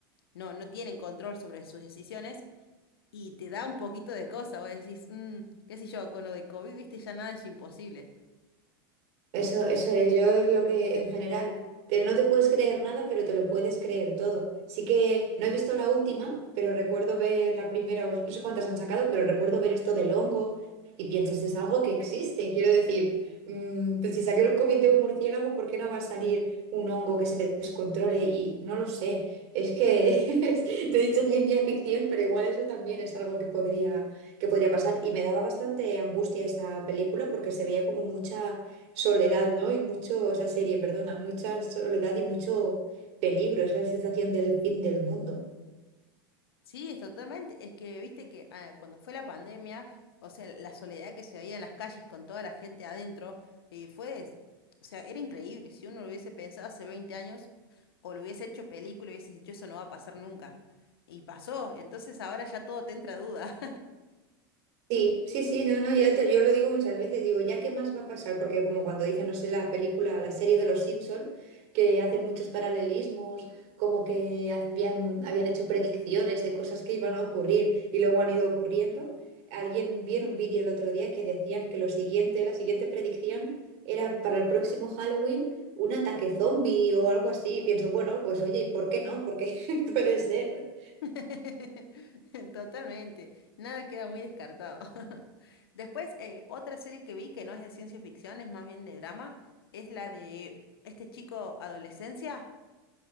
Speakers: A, on the left; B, on the right.
A: no, no tienen control sobre sus decisiones y te da un poquito de cosa. Vos decís, "Mm, qué sé yo, con lo de COVID, viste, ya nada es imposible.
B: Eso, eso es, yo es lo que en general, te- no te puedes creer nada, pero te lo puedes creer todo. Sí que no he visto la última, pero recuerdo ver la primera, o no sé cuántas han sacado, pero recuerdo ver esto del hongo y piensas, es algo que existe. Quiero decir, mm, pues si salió el COVID de un murciélago, ¿por qué no va a salir un hongo que se descontrole? Y no lo sé, es que <laughs> te he dicho ciencia ficción, pero igual eso también es algo que podría, que podría pasar. Y me daba bastante angustia esa película porque se veía como mucha soledad, ¿no? Y mucho, esa serie, perdona, mucha soledad y mucho peligro, esa sensación del fin del mundo.
A: Sí, es totalmente. Es que viste que ah, cuando fue la pandemia, o sea, la soledad que se veía en las calles con toda la gente adentro, eh, fue, es- o sea, era increíble. Si uno lo hubiese pensado hace 20 años o lo hubiese hecho película, hubiese dicho, eso no va a pasar nunca. Y pasó, entonces ahora ya todo te entra duda.
B: Sí, sí, sí, no, no, ya te- yo lo digo muchas veces, digo, ¿ya qué más va a pasar? Porque como cuando dicen, no sé, la película, la serie de los Simpson, que hacen muchos paralelismos, como que habían, habían hecho predicciones de cosas que iban a ocurrir y luego han ido ocurriendo. Alguien vi en un vídeo el otro día que decían que lo siguiente, la siguiente predicción era para el próximo Halloween un ataque zombie o algo así. Y pienso, bueno, pues oye, ¿y por qué no? Porque <laughs> puede ser.
A: <laughs> Totalmente, nada queda muy descartado. <laughs> Después, eh, otra serie que vi que no es de ciencia ficción, es más bien de drama, es la de este chico adolescencia.